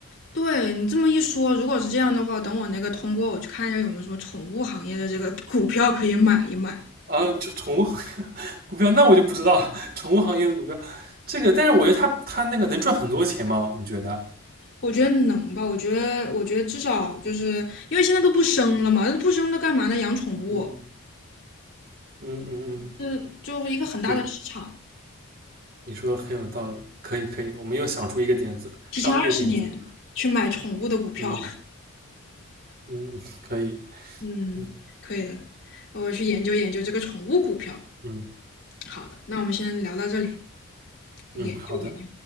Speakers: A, on the left; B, on the right.
A: 对你这么一说，如果是这样的话，等我那个通过，我去看一下有没有什么宠物行业的这个股票可以买一买。
B: 啊，就宠物行业 <laughs> 股票，那我就不知道了。宠物行业的股票，这个，但是我觉得它它那个能赚很多钱吗？你觉得？
A: 我觉得能吧，我觉得，我觉得至少就是因为现在都不生了嘛，不生那干嘛呢？养宠物，
B: 嗯嗯嗯嗯，
A: 就是就一个很大的市场，
B: 对，你说的很有道理，可以可以，我们又想出一个点子，
A: 提前二十年去买宠物的股票，
B: 商业点子，嗯嗯，嗯可以，
A: 嗯，
B: 嗯
A: 可以的，我去研究研究这个宠物股票。
B: 嗯
A: 好的，那我们先聊到这里，研究研究。
B: 嗯，好的。